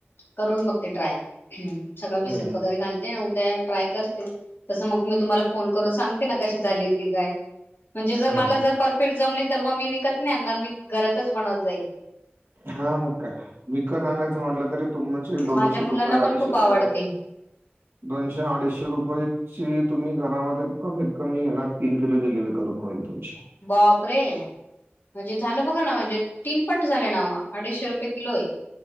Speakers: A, on the left; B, on the right.
A: करून बघते ट्राय सगळं भिजत
B: हं.
A: वगैरे घालते. उद्या ट्राय करते तसं मग मी तुम्हाला फोन करून सांगते ना कशी झाली होती काय म्हणजे जर
B: हं.
A: मला जर परफेक्ट जमली तर मग मी विकत नाही आणणार मी घरातच बनवत जाईल.
B: हा मग काय विकत आणायचं म्हटलं तरी तुमचे दोनशे
A: माझ्या मुलांना
B: रुपये अडीचशे
A: पण खूप
B: रुपये
A: आवडते
B: जातील. दोनशे अडीचशे रुपये तुम्ही घरामध्ये कमीत कमी हेना तीन किलो जिलेबी करून होईल तुमची
A: बापरे म्हणजे झालं बघा ना म्हणजे तीन पट झाले ना अडीचशे रुपये किलो आहे.